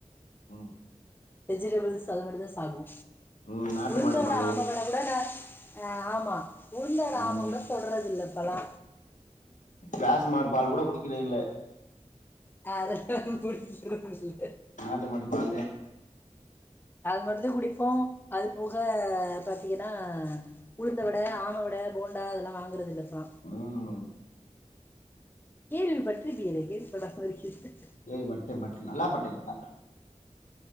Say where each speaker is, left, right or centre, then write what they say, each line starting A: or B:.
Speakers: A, on the left (about 85°); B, on the left (about 15°).
A: ம்
B: வெஜிடபிள்ஸ் அது மாரிதா சாப்டுவோ
A: ம் நாட்டு
B: உளுந்த
A: மாட்டு
B: வட
A: பாலு
B: ஆம வட கூட நா ஆ ஆமா உளுந்த வட
A: ம்
B: ஆம வட கூட தொர்றது இல்ல இப்பல்லா
A: ராசு மாடு பால் கூட குடிக்குறது இல்ல
B: <unintelligible>
A: நாட்டு மாட்டு பால்லுதே
B: அது மாரிதா குடிப்போ அது போக பாத்தீங்கன்னா உளுந்த வட ஆம வட போண்டா அதெல்லா வாங்குறது இல்ல ஆமா
A: ம்
B: கேள்வி பட்டுருப்பியிலே கேள்வி <unintelligible>
A: கேள்வி பட்டன் பட்டன் நல்லா பட்டன் நல்லா பட்டன்